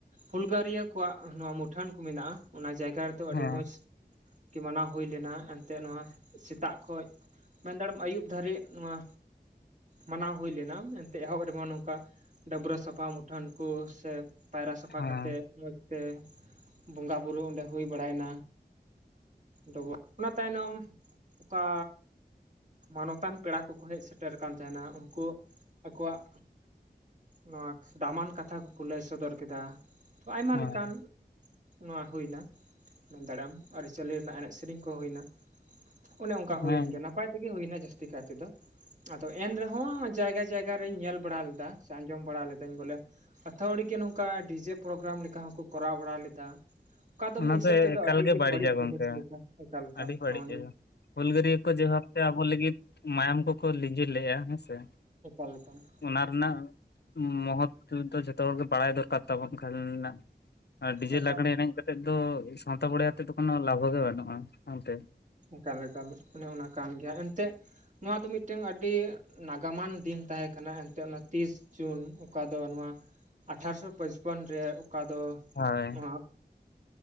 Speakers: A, on the right; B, on the left.
A: ᱦᱩᱞᱜᱟᱹᱨᱤᱭᱟᱹ ᱠᱚᱣᱟᱜ ᱱᱚᱣᱟ ᱢᱩᱴᱷᱟᱹᱱ ᱠᱚ ᱢᱮᱱᱟᱜᱼᱟ, ᱚᱱᱟ ᱡᱟᱭᱜᱟ ᱨᱮᱫᱚ ᱟᱹᱰᱤ
B: ᱦᱮᱸ
A: ᱢᱚᱡᱽ ᱠᱤ ᱢᱟᱱᱟᱣ ᱦᱩᱭ ᱞᱮᱱᱟ ᱮᱱᱛᱮᱫ ᱱᱚᱣᱟ ᱥᱮᱛᱟᱜ ᱠᱷᱚᱡ ᱢᱮᱱ ᱫᱟᱲᱮᱜ-ᱟᱢ ᱟᱹᱭᱩᱵ ᱫᱷᱟᱹᱨᱤᱡ ᱱᱚᱣᱟ ᱢᱟᱱᱟᱣ ᱦᱩᱭ ᱞᱮᱱᱟ ᱮᱱᱛᱮ ᱮᱦᱚᱵ ᱨᱮᱢᱟ ᱱᱚᱝᱠᱟ ᱰᱟᱹᱵᱽᱨᱟᱹ ᱥᱟᱯᱷᱟ ᱢᱩᱴᱷᱟᱹᱱ ᱠᱚ ᱥᱮ ᱯᱟᱭᱨᱟ ᱥᱟᱯᱷᱟ
B: ᱦᱮᱸ
A: ᱠᱟᱛᱮᱜ ᱢᱚᱸᱡᱽᱛᱮ ᱵᱚᱸᱜᱟ ᱵᱩᱨᱩ ᱚᱸᱰᱮ ᱦᱩᱭ ᱵᱟᱲᱟᱭᱱᱟ ᱾ ᱰᱚᱵᱚᱜ, ᱚᱱᱟ ᱛᱟᱭᱱᱚᱢ ᱚᱠᱟ ᱢᱟᱱᱚᱛᱟᱱ ᱯᱮᱲᱟ ᱠᱚᱠᱚ ᱦᱮᱡ ᱥᱮᱴᱮᱨ ᱟᱠᱟᱱ ᱛᱟᱦᱮᱱᱟ, ᱟᱫᱚ ᱩᱱᱠᱩ ᱟᱠᱚᱣᱟᱜ ᱱᱚᱣᱟ ᱫᱟᱢᱟᱱ ᱠᱟᱛᱷᱟ ᱠᱚᱠᱚ ᱞᱟᱹᱭ ᱥᱚᱫᱚᱨ ᱠᱮᱫᱟ ᱾ ᱛᱚ ᱟᱭᱢᱟ
B: ᱦᱮᱸ
A: ᱞᱮᱠᱟᱱ, ᱱᱚᱣᱟ ᱦᱩᱭᱱᱟ ᱢᱮᱱ ᱫᱟᱬᱮ ᱟᱢ ᱟᱨ ᱪᱟᱹᱞᱤ ᱨᱮᱱᱟᱜ ᱮᱱᱮᱡ ᱥᱮᱨᱮᱧ ᱠᱚ ᱦᱩᱭᱱᱟ ᱾ ᱚᱱᱮ ᱚᱱᱠᱟ ᱦᱩᱭᱮᱱ
B: ᱦᱮᱸ
A: ᱜᱮᱭᱟ ᱱᱟᱯᱟᱭ ᱛᱮᱜᱮ ᱦᱩᱭᱱᱟ ᱡᱟᱹᱥᱛᱤ ᱠᱟᱭ ᱛᱮᱫᱚ ᱾ ᱟᱫᱚ ᱮᱱᱨᱮᱦᱚᱸ ᱡᱟᱭᱜᱟ ᱡᱟᱭᱜᱟ ᱨᱮᱧ ᱧᱮᱞ ᱵᱟᱲᱟ ᱞᱮᱫᱟ, ᱥᱮ ᱟᱸᱡᱚᱢ ᱵᱟᱲᱟ ᱞᱮᱫᱟᱹᱧ ᱵᱚᱞᱮ ᱟᱹᱛᱷᱟᱹᱣᱲᱤ ᱜᱮ ᱱᱚᱝᱠᱟ ᱰᱤᱡᱮ ᱯᱨᱳᱜᱨᱟᱢ ᱞᱮᱠᱟ ᱦᱚᱸᱠᱚ ᱠᱚᱨᱟᱣ ᱵᱟᱲᱟ ᱞᱮᱫᱟ ᱾ ᱚᱠᱟ ᱫᱚ
B: ᱚᱱᱟ
A: ᱢᱤᱫ ᱦᱤᱥᱟᱹᱵ ᱛᱮᱫᱚ
B: ᱮᱠᱟᱞ
A: ᱟᱹᱰᱤ ᱜᱮ
B: ᱵᱟᱹᱲᱤᱡᱟ
A: ᱵᱟᱹᱲᱤᱡ ᱡᱤᱱᱤᱥ
B: ᱜᱚᱝᱠᱮ
A: ᱞᱮᱠᱟ ᱮᱠᱟᱞ ᱮᱠᱟᱞ
B: ᱟᱹᱰᱤ ᱵᱟᱹᱲᱤᱡᱟ
A: ᱱᱚᱜᱼᱚ ᱱᱤᱭᱟᱹ ᱾
B: ᱦᱩᱞᱜᱟᱹᱨᱭᱟᱹ ᱠᱚ ᱡᱮ ᱵᱷᱟᱵ ᱛᱮ ᱟᱵᱚ ᱞᱟᱹᱜᱤᱫ ᱢᱟᱭᱟᱢ ᱠᱚᱠᱚ ᱞᱤᱸᱡᱤ ᱞᱮᱜᱼᱟ ᱦᱮᱸᱥᱮ ᱾
A: ᱮᱠᱟᱞ ᱮᱠᱟᱞ ᱾
B: ᱚᱱᱟ ᱨᱮᱱᱟᱜ ᱢᱚᱦᱚᱛᱛᱚ ᱫᱚ ᱡᱚᱛᱚ ᱦᱚᱲ ᱜᱮ ᱵᱟᱲᱟᱭ ᱫᱚᱨᱠᱟᱨ ᱛᱟᱵᱚᱱ ᱠᱷᱟᱱ ᱱᱟᱜ ᱟᱨ ᱰᱤᱡᱮ
A: ᱮᱠᱟᱞ
B: ᱞᱟᱜᱬᱮ ᱮᱱᱮᱡ ᱠᱟᱛᱮᱜ ᱫᱚ ᱥᱟᱶᱛᱟ ᱵᱚᱲᱮ ᱟᱛᱮᱫ ᱫᱚ ᱠᱳᱱᱳ ᱞᱟᱵᱷᱚ ᱜᱮ ᱵᱟᱹᱱᱩᱜᱼᱟ ᱚᱱᱛᱮ ᱾
A: ᱮᱠᱟᱞ ᱮᱠᱟᱞ ᱚᱱᱮ ᱚᱱᱟ ᱠᱟᱱ ᱜᱮᱭᱟ, ᱮᱱᱛᱮᱫ ᱱᱚᱣᱟ ᱫᱚ ᱢᱤᱫᱴᱮᱱ ᱟᱹᱰᱤ ᱱᱟᱜ ᱜᱟᱢᱟᱱ ᱫᱤᱱ ᱛᱟᱦᱮᱸ ᱠᱟᱱᱟ ᱮᱱᱛᱮᱫ, ᱾ ᱚᱱᱟ ᱛᱤᱥ ᱡᱩᱱ ᱚᱠᱟ ᱫᱚ ᱱᱚᱣᱟ ᱟᱴᱷᱟᱨᱚᱥᱚ ᱯᱟᱪᱯᱚᱱ ᱨᱮ ᱚᱠᱟ ᱫᱚ
B: ᱦᱳᱭ
A: ᱱᱚᱣᱟ,